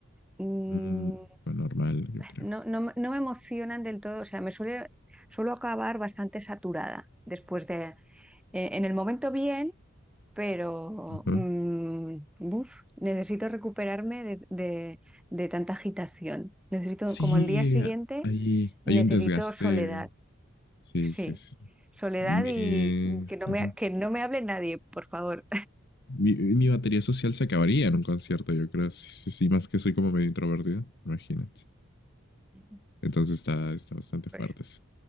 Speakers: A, in the centre; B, on the left.
A: Mm,
B: Mm, lo normal, yo creo.
A: no, no me no me emocionan del todo, o sea, me suele, suelo acabar bastante saturada después de... Eh, en el momento bien, pero
B: Ujú.
A: mm, buf, necesito recuperarme de, de- de tanta agitación. Necesito,
B: Sí,
A: como el día siguiente,
B: hay,
A: necesito
B: hay un desgaste.
A: soledad,
B: Sí,
A: sí,
B: sí, sí.
A: soledad
B: Mi,
A: y que no
B: ujú.
A: me, que no me hable nadie, por favor.
B: Mi, mi batería social se acabaría en un concierto, yo creo. Sí, sí, sí, más que soy como medio introvertido, imagínate.
A: <laughs>
B: Entonces está, está bastante fuerte
A: Pues
B: eso.